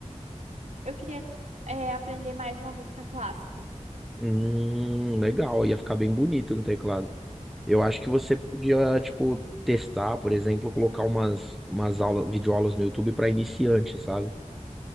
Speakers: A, on the right (about 70°); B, in the centre.
A: Eu queria, é, aprender mais uma música clássica.
B: Hum, legal, ia ficar bem bonito no teclado. Eu acho que você podia, tipo, testar, por exemplo, colocar umas, umas aulas, videoaulas no YouTube para iniciante, sabe?